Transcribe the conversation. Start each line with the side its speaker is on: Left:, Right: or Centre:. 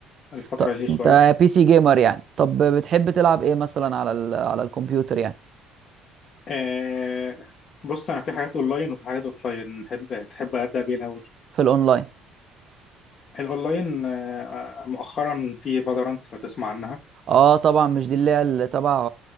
Left: الفتره
Right: طب
Left: دي شويه
Right: انت بي سي جيمر يعني طب بتحب تلعب ايه مثلا على ال... على الكمبيوتر يعني
Left: آه بص انا في حاجات اونلاين وفي حاجات اوفلاين تحب تحب ابدا بيه الاول
Right: في الاونلاين
Left: الاونلاين آه مؤخرا في فالورانت لو تسمع عنها
Right: اه طبعا مش دي اللي هي اللي تبع